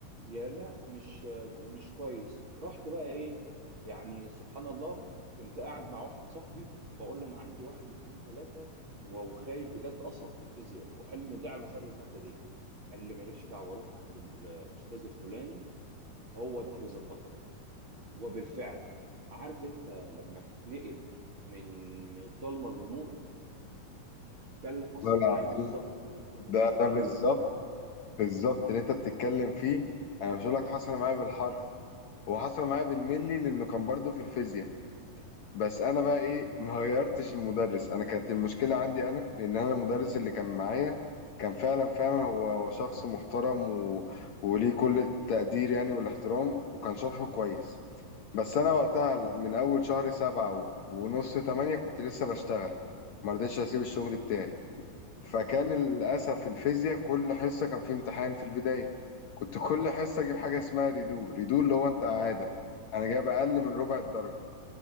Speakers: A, on the right; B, on the left.
A: يا لا مش مش كويس رحت بقى ايه يعني سبحان الله كنت قاعد مع واحد صاحبي بقول له انا عندي واحد اتنين تلاته و- وخايف بجد اسقط في الفيزياء وحلمي ضاع بسبب الماده دي قال لي مالكش دعوه روح عند الاستاذ الفلاني هو ده هيظبطك وبالفعل عارف انت لما تتنقل من من الضلمه للنور ده اللي حصل
B: لا العظيم
A: معايا بالظبط في الفيزياء
B: ده
A: من الاستاذ ده
B: ده بالظبط
A: للاستاذ ده
B: بالظبط اللي انت بتتكلم فيه انا مش هقول لك حصل معايا بالحرف هو حصل معايا بالملي لانه كان برضه في الفيزياء بس انا بقى ايه ما غيرتش المدرس انا كانت المشكله عندي انا لان انا المدرس اللي كان معايا كان فعلا فعلا هو هو شخص محترم و... وليه كل التقدير يعني والاحترام وكان شرحه كويس بس انا وقتها من اول شهر سبعة و... ونص تمانية كنت لسه بشتغل ما رضيتش اسيب الشغل بتاعي فكان للأسف الفيزياء كل حصة كان في امتحان في البداية كنت كل حصة أجيب حاجة اسمها ريدو ريدو اللي هو أنت إعادة أنا جايب أقل من ربع الدرجة